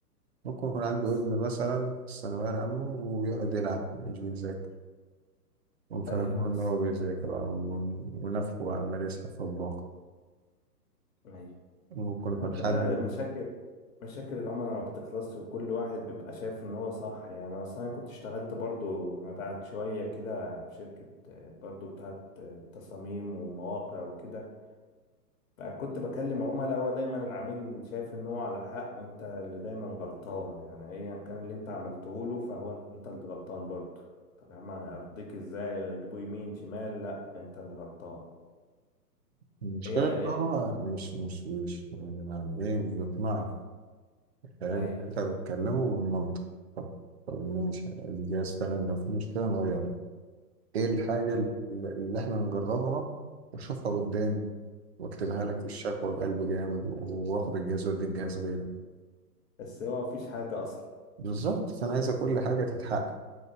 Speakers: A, on the right; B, on the left.
A: ممكن يكون عنده
B: حصل
A: ابن مثلا في الثانويه العامه وبيقعد يلعب مش بيذاكر وفهمه
B: ايوه حصل
A: إن هو بيذاكر بقى ون- ونفخه بقى عمال يسحب في الباقة
B: ايوه
A: وممكن
B: ما
A: يكون
B: ده
A: حد
B: أنا مشاكل مشاكل العملاء ما بتخلصش وكل واحد بيبقى شايف ان هو صح يعني اصل انا كنت اشتغلت برضو مبيعات شوية كده في شركة آه، برضو بتاعت آه، تصاميم ومواقع وكده فكنت بكلم عملاء هو دايما العميل شايف ان هو على حق وانت اللي دايما غلطان يعني ايا كان اللي انت عملته له فهو انت اللي غلطان برضه طب يا عم ارضيك ازاي اجيبه يمين شمال لا انت اللي غلطان
A: المشكلة
B: هي
A: إن
B: ايه
A: هو مش مش مش يعني إيه مش بيقنعك فاهم
B: ايوه
A: أنت بتكلمه بالمنطق طب طب ماشي دي جايز فعلا لو في مشكلة نغيرها إيه الحاجة
B: ايوه
A: اللي اللي إحنا نجربها وأشوفها قدامي وأكتبها لك في الشكوى بقلب جامد وآخد الجهاز وأديك جهاز غيره
B: بس هو مفيش حاجة اصلا
A: بالظبط فأنا عايزة كل حاجة تتحقق